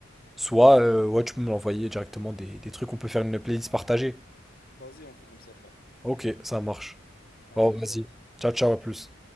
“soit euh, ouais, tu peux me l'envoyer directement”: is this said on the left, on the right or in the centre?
Centre